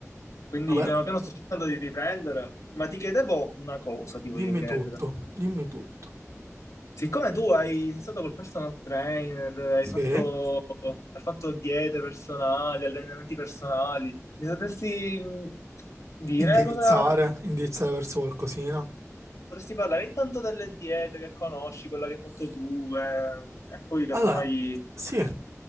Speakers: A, on the left (about 80°); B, on the right (about 65°).
A: Quindi
B: vabbè,
A: piano piano sto cercando di riprendere, ma ti chiedevo una cosa, ti
B: dimmi
A: voglio chiedere.
B: tutto, dimmi tutto.
A: Siccome tu hai, sei stato col personal trainer, hai
B: Sì,
A: Sì. fatto, hai fatto diete personali, allenamenti personali, mi sapresti mh, dire
B: indirizzare,
A: cosa
B: indirizzare verso qualcosina.
A: potresti parlare intanto delle diete che conosci, quella che hai fatto tu, eh, e poi casomai
B: Allora, sì,